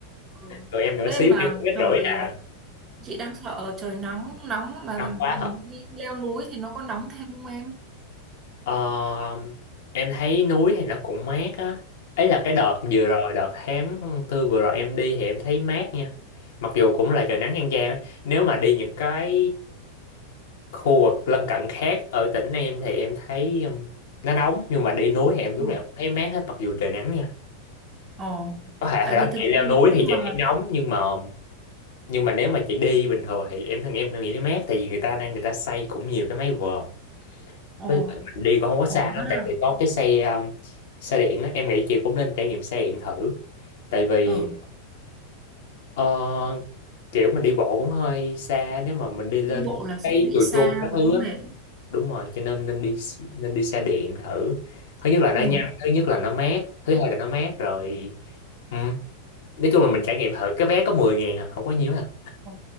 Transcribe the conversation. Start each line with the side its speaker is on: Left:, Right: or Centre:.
Right: Ừ.
Left: rồi em nhỏ
Right: Ê
Left: xíu
Right: mà
Left: em cũng mét
Right: rồi
Left: rưỡi à
Right: chị đang sợ trời nóng nóng mà
Left: ngon quá hả
Right: đi leo núi thì nó có nóng thêm không em
Left: Ờ, em thấy núi thì nó cũng mát á. Ấy là cái đợt vừa rồi, đợt tháng tư vừa rồi em đi thì em thấy mát nha. Mặc dù cũng là trời nắng chang chang á. Nếu mà đi những cái khu vực lân cận khác ở tỉnh em thì em thấy um, nó nóng. Nhưng mà đi núi thì em lúc
Right: Ừ.
Left: nào cũng thấy mát hết mặc dù trời nắng nha.
Right: ồ
Left: Có thể
Right: tại
Left: hồi đó
Right: vì thực
Left: chị
Right: ra
Left: leo núi
Right: nếu như
Left: thì chị
Right: mà
Left: thấy nóng nhưng mà nhưng mà nếu mà chị đi bình thường thì em thằng em nghĩ nó mát tại vì người ta đang người ta xây cũng nhiều cái mái vòm
Right: ồ
Left: với lại mình đi cũng không có
Right: ổn
Left: xa lắm
Right: ha
Left: tại vì có cái xe um, xe điện á, em nghĩ chị cũng nên trải nghiệm xe điện thử tại vì
Right: ừ
Left: ờ, kiểu mình đi bộ cũng hơi xa nếu mà mình đi lên
Right: đi bộ là sẽ
Left: cái
Right: bị
Left: chùa
Right: xa
Left: Trung các
Right: với
Left: thứ
Right: mệt
Left: á. đúng rồi cho nên nên đi nên đi xe điện thử thứ nhất là nó
Right: ừ.
Left: nhanh thứ nhất là nó mát thứ hai là nó mát rồi ừ. nói chung là mình trải nghiệm thử cái vé có mười ngàn à không có nhiều à
Right: Ừ.